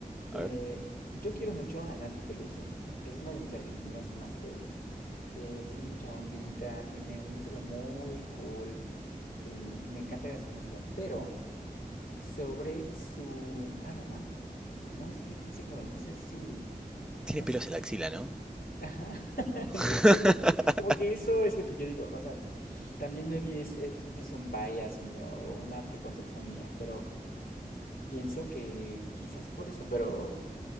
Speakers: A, on the left (about 75°); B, in the centre.
A: Eh,
B: A ver.
A: yo quiero mucho a Nati Peluso. Es una de mis argentinas más queridas. Eh, tiene mucha ondita, tiene música muy cool. eh, me encanta su música, pero sobre su aroma no estoy tan seguro. No sé si,
B: Tiene
A: no
B: pelos
A: sé, s-
B: en la axila, ¿no?
A: Ajá. <laughs>
B: <laughs>
A: Entonces creo que como que eso es lo que yo digo. O sea, también me vi es, es, es un bias mío, o una preconcepción mía, pero pienso que quizás por eso, pero